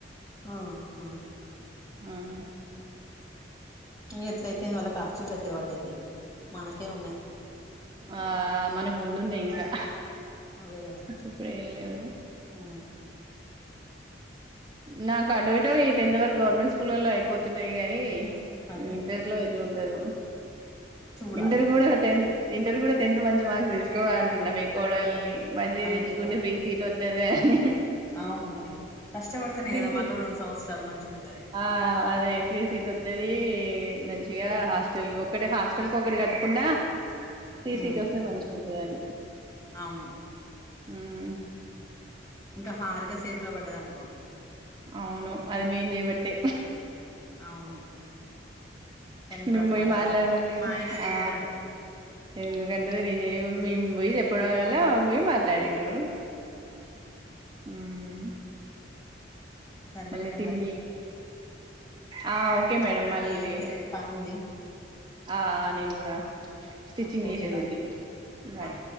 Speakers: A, on the left; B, on the right.
A: ఆహా
B: అం
A: ఇంగ ఎట్లాయితేం వాల్ల ఖర్చులు రవడ్డయి తి మనకే ఉన్నయి
B: ఆ మనకు ముందున్నె ఇంకా
A: అవే కదా
B: ఇప్పుడు ఏం లేదు
A: ఊ
B: నక్ ఆటో ఇటో <unintelligible> టెన్త్ వరకు గవర్నమెంట్ స్కూలల్లో అయిపోతున్నాయి కానీ
A: అదే అదే
B: ఇంటర్లో ఎట్లుంటదొ ఉ
A: చూడాలిగా
B: ఇంటర్ కూడా టెన్త్ ఇంటర్ కూడా టెన్త్ మంచి మార్క్స్ తెచ్చుకో అంటున్న మీ కోడల్ని మంచిగా
A: అంతే
B: తెచ్చుకుంటే
A: మరి
B: ఫ్రీ సీట్ వస్తద అహ
A: అవును మరి కష్టపడతేనే కదా
B: సీట్
A: మళ్ళ రెండు సంవత్సరాలు మంచిగా ఉంటాది
B: ఆ అదే <unintelligible> మంచిగా హాస్టల్ ఒకటి హాస్టల్ కి ఒకటి కట్టుకున్న ఫ్రీ
A: ఉమ్
B: సీట్ వస్తే మంచిగా ఉంటదని
A: అవును
B: మ్మ్
A: ఇంకా హారిక సేఫ్ లో పడ్డదనుకో
B: అవును అది మేం చేయబట్టే
A: అవును కానీ ఇప్పుడు
B: మేం
A: అట్లా
B: పోయి
A: అంటదా
B: మాట్లాడబట్టి
A: మా ఆయనే చేసిండు
B: ఆ
A: అంటది
B: ఎందుకంటది <unintelligible> మేము పొయ్యి చెప్పడం వల పోయి మాట్లాడిన్రు
A: మ్మ్
B: మ్మ్
A: సర్లే
B: మళ్ళీ
A: మేడం
B: తిండి
A: మరి
B: ఆ ఓకే మేడం మళ్ళీ
A: చేస్తలేండి పని ఉంది
B: ఆ నేను కూడా స్టిచ్చింగ్
A: ఆ, ఓకే
B: చేసేది
A: బాయ్
B: ఉంది బాయ్
A: ఆ.